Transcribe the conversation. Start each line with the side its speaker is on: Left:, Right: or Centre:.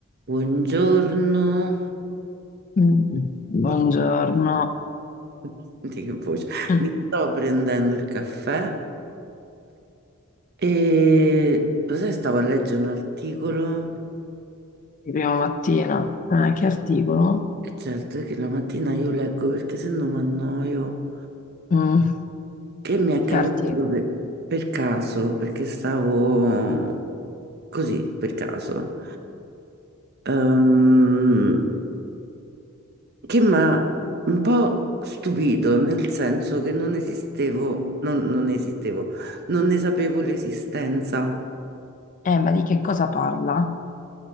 Right: Buongiorno,
Left: Mm. Buongiorno,
Right: mi sto, <laughs> senti che voce?
Left: <laughs>
Right: Mi sto prendendo il caffè e lo sai, stavo a leggere un articolo
Left: di prima mattina. Eh, che articolo?
Right: e certo è che la mattina io leggo perché se no mi annoio,
Left: Mm,
Right: che mi è capitato
Left: Che articolo?
Right: per, per caso, perché stavo così, per caso. Ehm, che mi ha un po' stupito, nel senso che non esistevo, non, non esistevo, non ne sapevo l'esistenza
Left: Eh, ma di che cosa parla?